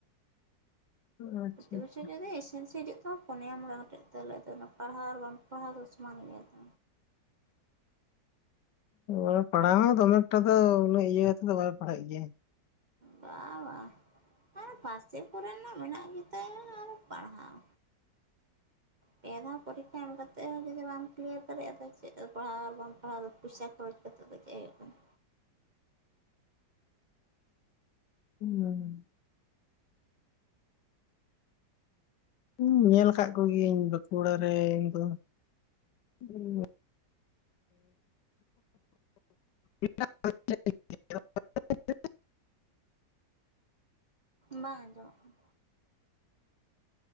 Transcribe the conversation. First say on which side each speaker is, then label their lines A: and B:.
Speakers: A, on the left; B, on the right.
A: ᱟᱪᱪᱷᱟ
B: ᱯᱨᱚᱛᱤ
A: ᱟᱪᱪᱷᱟ
B: ᱵᱚᱪᱷᱚᱨ ᱡᱩᱫᱤ ᱮᱥᱮᱢ ᱦᱤᱡᱩᱜ ᱛᱚ ᱯᱚᱱᱮᱭᱟ ᱢᱚᱬᱮ ᱜᱚᱴᱮᱜ ᱛᱟᱞᱮ ᱯᱟᱲᱦᱟᱣ ᱟᱨ ᱵᱟᱢ ᱯᱟᱲᱦᱟᱣ ᱫᱚ ᱥᱚᱢᱟᱱ ᱜᱮᱭᱟ ᱛᱚ
A: ᱚ ᱯᱟᱲᱦᱟᱣ ᱦᱚᱸ ᱫᱚᱢᱮ ᱮᱠᱴᱟ ᱫᱚ ᱩᱱᱟᱹᱜ ᱤᱭᱟᱹᱛᱮᱫᱚ ᱵᱟᱭ ᱯᱟᱲᱦᱟᱜ ᱜᱮᱭᱟ
B: ᱵᱟ-ᱵᱟ᱾ ᱟᱨᱦᱚ ᱯᱷᱟᱥᱮᱫ ᱠᱚᱨᱮᱱᱟᱜ ᱢᱮᱱᱟᱜ ᱜᱮᱛᱟᱭᱟ ᱟᱨ ᱯᱟᱲᱦᱟᱣ᱾
A: <inaudible>
B: ᱯᱮ ᱫᱷᱟᱣ ᱯᱚᱨᱤᱠᱠᱷᱟ ᱮᱢ ᱠᱟᱛᱮ ᱦᱚᱸ ᱡᱩᱫᱤ ᱵᱟᱢ ᱠᱞᱤᱭᱟᱨ ᱫᱟᱲᱮᱭᱟᱜ-ᱟ ᱟᱫᱚ ᱪᱮᱫ ᱫᱚ ᱯᱟᱲᱦᱟᱣ ᱟᱨ ᱵᱟᱢ ᱯᱟᱲᱦᱟᱣᱜ ᱯᱩᱭᱥᱟ ᱠᱷᱚᱨᱚᱪ ᱛᱚᱵᱮ ᱪᱮᱫ ᱦᱩᱭᱩᱜ ᱛᱟᱢᱟ
A: <inaudible> ᱦᱩᱸ ᱤᱧ ᱧᱮᱞ ᱠᱟᱜ ᱠᱚᱜᱤᱭᱟᱹᱧ ᱵᱟᱸᱠᱩᱲᱟ ᱨᱮᱱ ᱫᱚ ᱦᱩᱸ <inaudible> <unintelligible> <inaudible>
B: ᱵᱟᱝ ᱟᱸᱡᱚᱢᱚᱜᱼᱟ ᱠᱟᱱ